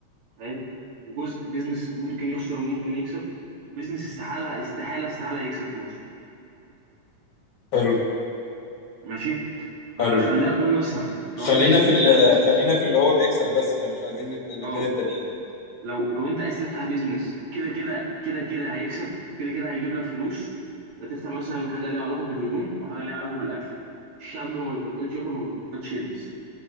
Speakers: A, on the right; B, on the left.
A: فاهم وجزء بيزنس ممكن يخسر وممكن يكسب وبيزنس استحاله استحاله استحاله يكسب في مصر
B: حلو
A: ماشي فخلينا
B: حلو
A: نقول مثلا لو
B: خلينا
A: احنا عايزين
B: في
A: نفتح
B: ال...
A: بيزنس
B: خلينا في اللي هو بيكسب بس ده مش عايزين الت- الاتنين
A: اه
B: التانيين
A: لو لو انت عايز تفتح بيزنس كده كده كده كده هيكسب كده كده هيجيب لك فلوس يبقى تفتح مثلا حاجه ليها علاقه بالهدوم او حاجه ليها علاقه بالاكل الشعب ما بيبطلش ياكل وما بيبطلش يلبس